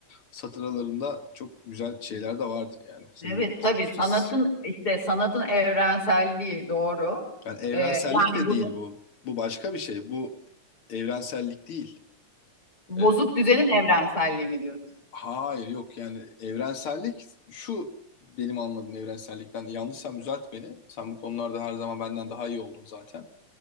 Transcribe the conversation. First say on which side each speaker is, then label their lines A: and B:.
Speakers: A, on the left; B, on the left.
A: Satır aralarında çok güzel şeyler de vardır yani. Senin
B: Evet tabii
A: sonuçta
B: sanatın
A: s-
B: işte sanatın evrenselliği doğru.
A: yani evrensellik
B: Ee, yani
A: de
B: burada
A: değil bu. Bu başka bir şey. Bu evrensellik değil.
B: bozuk
A: Ee,
B: düzenin evrenselliği mi diyoruz?
A: hayır yok yani evrensellik şu benim anladığım evrensellikten. Yanlışsam düzelt beni. Sen bu konularda her zaman benden daha iyi oldun zaten.